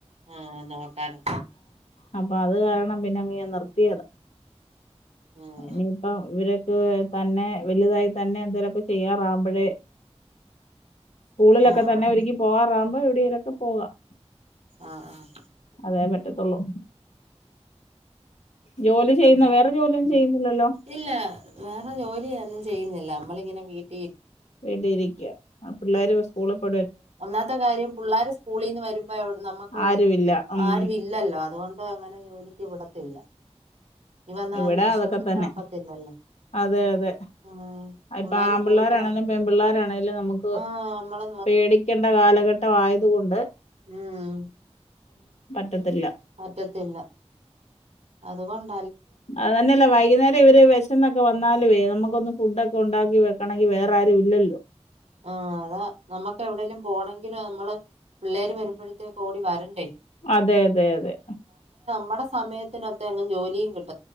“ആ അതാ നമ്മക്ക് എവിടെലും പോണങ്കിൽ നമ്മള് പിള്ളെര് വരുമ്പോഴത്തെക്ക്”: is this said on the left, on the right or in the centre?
Right